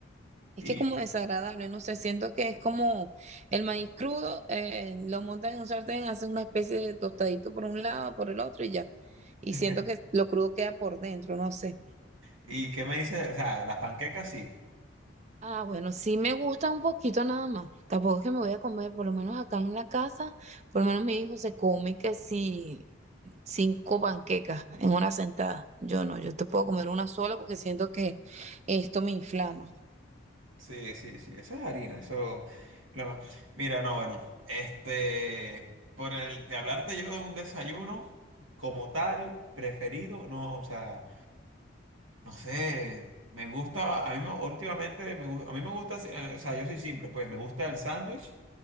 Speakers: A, on the right; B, on the right.
A: Es
B: Y,
A: que como desagradable, no sé, siento que es como el maíz crudo, eh, lo montan en un sartén, hacen una especie de tostadito por un lado, por el otro y ya. Y
B: <laughs>
A: siento que lo crudo queda por dentro, no sé.
B: y qué me dice, o sea, las panquecas sí,
A: Ah, bueno, sí me gusta un poquito nada más. Tampoco es que me voy a comer, por lo menos acá en la casa, por lo menos mi hijo se come que si cinco panquecas en una sentada. Yo no, yo te puedo comer una sola porque siento que esto me inflama,
B: sí, sí, sí, eso es harina, eso es lo más. Mira, no, bueno, este, por el de hablarte yo de un desayuno como tal, preferido, no, o sea. No sé, me gusta, a mí me- últimamente me gusta, a mí me gusta, eh, o sea, yo soy simple, pues me gusta el sándwich,